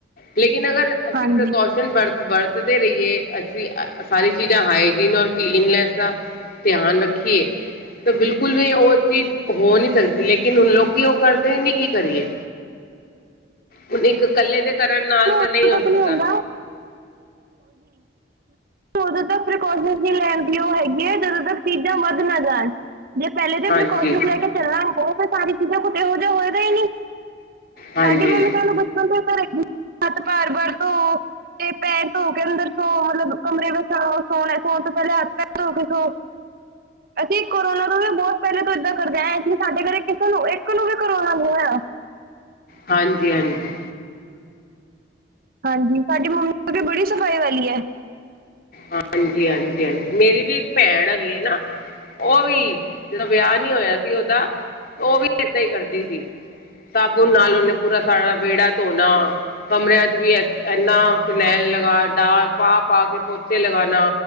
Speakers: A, on the left (about 50°); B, on the right (about 50°).
A: ਲੇਕਿਨ ਅਗਰ, ਅਸੀਂ
B: ਹਾਂਜੀ
A: ਪ੍ਰੀਕੋਸ਼ਨ ਵਰ ਵਰਤਦੇ ਰਹੀਏ। ਅਸੀਂ ਅ ਸਾਰੀ ਚੀਜ਼ਾਂ ਹਾਈਜੀਨ ਔਰ ਕਲੀਨਨੈਸ ਆ। ਧਿਆਨ ਰੱਖੀਏ। ਤੇ ਬਿਲਕੁਲ ਵੀ ਉਹ ਚੀਜ਼ ਹੋ ਨੀ ਸਕਦੀ। ਲੇਕਿਨ ਹੁਣ, ਲੋਕੀ ਉਹ ਕਰਦੇ ਨੀ ਕੀ ਕਰੀਏ?
B: ' <inaudible>
A: ਹੁਣ ਇੱਕ ਕੱਲੇ ਦੇ ਕਰਨ ਨਾਲ ਤਾਂ
B: ਕੁਝ
A: ਨਹੀਂ ਹੋ ਸਕਦਾ
B: ਨੀ ਹੁੰਦਾ ਉਦੋਂ ਤੱਕ ਪ੍ਰੀਕੋਸ਼ਨ ਲੈਣ ਦੀ ਉਹ ਹੈਗੀ ਹੈ, ਜਦੋਂ ਤੱਕ ਚੀਜ਼ਾਂ ਵੱਧ ਨਾ ਜਾਣ। ਜੇ ਪਹਿਲੇ ਦੇ
A: ਹਾਂਜੀ
B: ਪ੍ਰੀਕੋਸ਼ਨ ਲੈ ਕੇ ਚੱਲਾਂ '', ਕੁੱਛ ਇਹੋ ਜਿਹਾ ਹੋਏਗਾ ਹੀ ਨੀ।
A: ਹਾਂਜੀ
B: ਸਾਡੀ ਮੰਮੀ ਸਾਨੂੰ ਬਚਪਨ ਤੋਂ ' ਹੱਥ ਬਾਰ ਬਾਰ ਤੋਂ ਤੇ ਪੈਰ ਧੋ ਕੇ ਅੰਦਰ ਧੋ, ਮਤਲਬ ਕਮਰੇ ਵਿੱਚ ਆਓ। ਸੋਣਾ, ਸੌਣ ਤੋਂ ਪਹਿਲੇ ਹੱਥ ਪੈਰ ਧੋ ਕੇ ਸੋ ਅਸੀਂ ਕੋਰੋਨਾ ਤੋਂ ਵੀ ਬਹੁਤ ਪਹਿਲੇ ਤੋਂ ਇੱਦਾਂ ਕਰਦੇ ਐ। ਸਾਡੇ ਘਰ ਕਿਸੇ ਨੂੰ, ਇੱਕ ਨੂੰ ਵੀ ਕੋਰੋਨਾ ਹੋਇਆ।
A: ਹਾਂਜੀ-ਹਾਂਜੀ।
B: ਹਾਂਜੀ, ਸਾਡੀ ਮੰਮੀ ਵੀ ਬੜੀ ਸਫ਼ਾਈ ਵਾਲੀ ਹੈ।
A: ਹਾਂਜੀ-ਹਾਂਜੀ-ਹਾਂਜੀ। ਮੇਰੀ ਵੀ ਇੱਕ ਭੈਣ ਹੈਗੀ ਹੈ ਨਾ। ਉਹ ਵੀ, ਜਦੋਂ ਵਿਆਹ ਨੀ ਹੋਇਆ ਸੀ ਉਦਾ, ਉਹ ਵੀ ਇੱਦਾਂ ਹੀ ਕਰਦੀ ਸੀ। ਸਾਬੁਣ ਨਾਲ ਉਹਨੇ ਪੂਰਾ ਸਾਰਾ ਵਿਹੜਾ ਧੋਣਾ। ਕਮਰਿਆਂ 'ਚ ਵੀ ਇੰਨਾ ਫਿਨੈਲ ਲਗਾ ਡਾ, ਪਾ-ਪਾ ਕੇ ਪੋਚੇ ਲਗਾਣਾ।